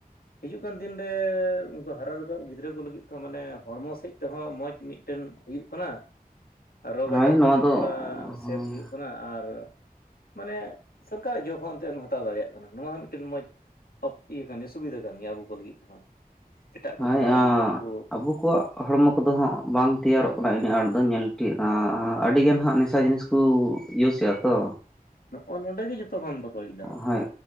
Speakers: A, on the left; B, in the centre.
A: ᱦᱤᱡᱩᱜ ᱠᱟᱱ ᱫᱤᱱ ᱨᱮ ᱩᱱᱠᱩ ᱦᱟᱨᱟ ᱨᱟᱠᱟᱵ ᱜᱤᱫᱽᱨᱟᱹ ᱠᱚ ᱞᱟᱹᱜᱤᱫ ᱛᱮ ᱢᱟᱱᱮ ᱦᱚᱲᱢᱚ ᱥᱮᱫ ᱛᱮᱦᱚᱸ ᱢᱚᱡᱽ ᱢᱤᱫᱴᱮᱱ ᱦᱩᱭᱩᱜ ᱠᱟᱱᱟ ᱨᱳᱜᱽ
B: ᱦᱳᱭ
A: ᱟᱡᱟᱨ ᱠᱷᱚᱱ
B: ᱱᱚᱣᱟ
A: ᱦᱚᱸ
B: ᱫᱚ
A: ᱛᱷᱚᱲᱟ
B: ᱦᱳᱭ
A: ᱥᱮᱵᱷ ᱦᱩᱭᱩᱜ ᱠᱟᱱᱟ ᱟᱨ ᱢᱟᱱᱮ ᱥᱚᱨᱠᱟᱨᱟᱜ ᱡᱚᱵ ᱦᱚᱸ ᱚᱱᱛᱮᱢ ᱦᱟᱛᱟᱣ ᱫᱟᱲᱮᱭᱟᱜ ᱠᱟᱱᱟ ᱱᱚᱣᱟ ᱦᱚᱸ ᱢᱤᱫᱴᱮᱱ ᱢᱚᱡᱽ ᱤᱭᱟᱹ ᱠᱟᱱ ᱜᱮᱭᱟ ᱥᱩᱵᱤᱫᱷᱟ ᱠᱟᱱ ᱜᱮᱭᱟ ᱟᱵᱚ ᱠᱚ ᱞᱟᱹᱜᱤᱫ ᱛᱮᱦᱚᱸ ᱮᱴᱟᱜ ᱠᱚ
B: ᱦᱮᱸ
A: ᱡᱟᱦᱟᱸ ᱟᱹᱰᱤ ᱜᱟᱱ ᱠᱚ
B: ᱟᱵᱚ ᱠᱚᱣᱟᱜ ᱦᱚᱲᱢᱚ ᱠᱚᱫᱚ ᱦᱟᱸᱜ ᱵᱟᱝ ᱛᱮᱭᱟᱨᱚᱜ ᱚᱱᱟ ᱤᱱᱟᱹᱜ ᱟᱸᱴ ᱫᱚ ᱧᱮᱞ ᱴᱼᱟ ᱟᱹᱰᱤᱜᱟᱱ ᱦᱟᱸᱜ ᱱᱮᱥᱟ ᱡᱤᱱᱤᱥ ᱠᱚ ᱤᱭᱩᱥᱮᱫᱼᱟ ᱛᱚ
A: ᱱᱚᱜᱼᱚ ᱱᱚᱰᱮ ᱜᱮ ᱡᱚᱛᱚᱠᱷ ᱠᱷᱚᱱ ᱫᱚ ᱵᱟᱹᱲᱤᱡ
B: ᱦᱳᱭ